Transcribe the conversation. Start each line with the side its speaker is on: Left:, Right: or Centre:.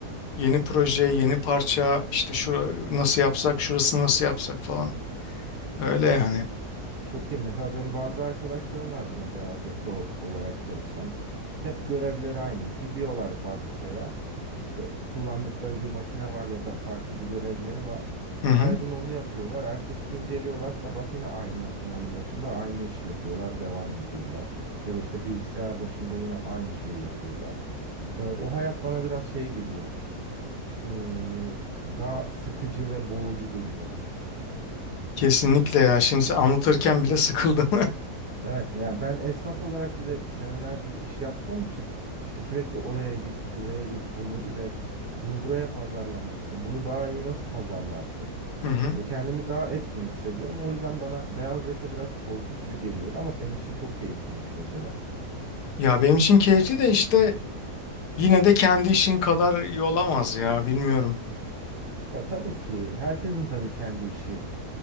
Left: yeni proje, yeni parça, işte şu nasıl yapsak, şurasını nasıl yapsak falan. Öyle yani.
Right: Çok iyi. Mesela benim bazı arkadaşlarım var yine beyaz yaka o- olarak çalışan. Hep görevleri aynı. Gidiyorlar fabrikaya. İşte kullandıkları bir makine var ya da farklı bir görevleri var.
Left: Hı hı.
Right: Her gün onu yapıyorlar. Ertesi gün geliyorlar sabah yine aynı makinenin başında aynı işi yapıyorlar, devam ediyorlar. Ya da işte bilgisayar başında yine aynı şeyi yapıyorlar. Ee, o hayat bana biraz şey geliyor. Ee, daha sıkıcı ve boğucu geliyor.
Left: Kesinlikle ya. Şimdi anlatırken bile sıkıldım.
Right: Evet ya ben esnaf olarak bir de senelerdir iş yaptığım için işte sürekli oraya git, buraya git, bunu üret, bunu buraya pazarlamalısın. Bunu daha iyi nasıl pazarlarsın?
Left: <laughs> Hı hı.
Right: Ve kendimi daha etkin hissediyorum. O yüzden bana beyaz yaka biraz korkutucu geliyordu ama senin için çok keyifliymiş mesela.
Left: Ya benim için keyifli de işte yine de kendi işin kadar iyi olamaz ya bilmiyorum.
Right: Ya tabii ki herkesin tabii kendi işi